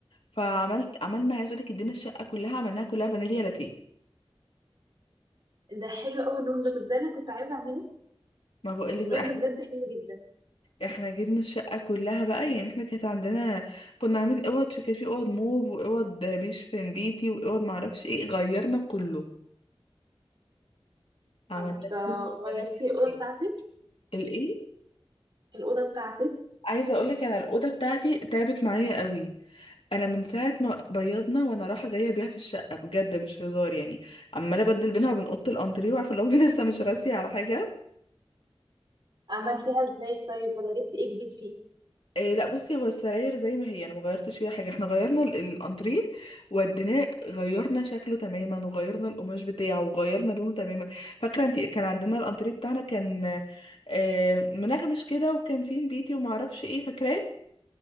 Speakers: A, on the left; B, on the right.
A: فعملت عملنا عايزه اقول لك ادينا الشقه كلها عملناها كلها فانيليا لاتيه
B: ده حلو قوي اللون ده ده انا كنت عايزه اعمله
A: ما بقولك
B: اللون
A: بقى احنا
B: ده بجد حلو جدا
A: احنا جبنا الشقة كلها بقى يعني احنا كانت عندنا كنا عاملين اوض في كانت في اوض موف واوض بيشفن بيتي واوض معرفش ايه غيرنا كله عملناه
B: طب آه،
A: كله
B: غيرتي
A: بنينا
B: الاوضه
A: فيه
B: بتاعتي
A: الايه
B: الاوضه بتاعتي
A: عايزة اقولك انا الأوضة بتاعتي تعبت معايا قوي انا من ساعة ما بيضنا وانا رايحة جاية بيها في الشقة بجد مش هزار يعني عمالة ابدل بينها وبين أوضة الانتريه وعارفة لو <laughs> لسه مش راسية على حاجة
B: عملتيها ازاي طيب ولا جبتي ايه جديد فيه
A: إيه لا بصي هو السراير زي ما هي انا ما غيرتش فيها حاجه احنا غيرنا ال- الانتريه وديناه غيرنا شكله تماما وغيرنا القماش بتاعه وغيرنا لونه تماما فاكره انت كان عندنا الانتريه بتاعنا كان آه، منغمش كده وكان فيه نبيتي وما اعرفش ايه فاكراه